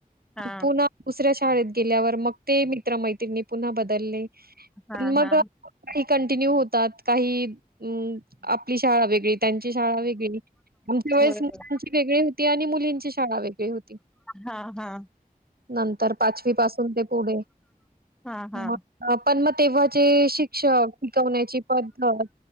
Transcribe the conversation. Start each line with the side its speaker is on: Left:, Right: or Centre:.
Centre: हा
Right: पुन्हा दुसऱ्या शाळेत शाळेत गेल्यावर मग ते मित्र मैतिणी पुन्हा बदलले
Centre: हा
Right: मग
Centre: हा
Right: कंटिन्यू होतात काही हम्म आपली शाळा वेगळी त्यांची शाळा वेगळी आमच्या वेळेस
Centre: होय होय.
Right: मुलांची वेगळी होती आणि मुलींची शाळा वेगळी होती
Centre: हा हा
Right: नंतर पाचवी पासून ते पुढे
Centre: हा हा
Right: म पण म ते शिक्षक शिकवण्याची पद्धत